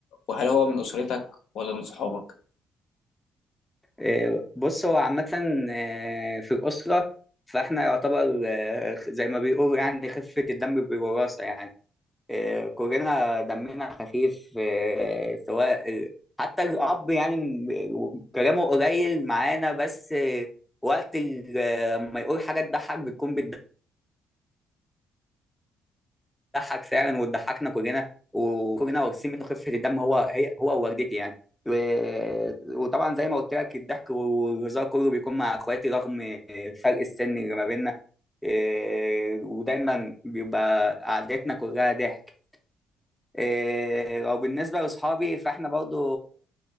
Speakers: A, on the left; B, in the centre.
A: وهل هو من أسرتك ولا من صحابك؟
B: إيه بص هو عامة آه، في الأسرة فإحنا يعتبر آه، زي ما بيقولوا يعني خفة الدم بالوراثة يعني آه، كلنا دمنا خفيف آه، سواء ال- حتى الأب يعني م- كلامه قليل معانا بس آه، وقت ال- آه، لما يقول حاجة تضحك بتكون بتضحك فعلا وتضحكنا كلنا وكلنا واخدين منه خفة الدم هو هي هو ووالدتي يعني و- وطبعا زي ما قلت لك الضحك والهزار كله بيكون مع اخواتي رغم فرق السن اللي ما بيننا آه، ودايما بيبقى قعدتنا كلها ضحك إيه، او بالنسبه لاصحابي فاحنا برضو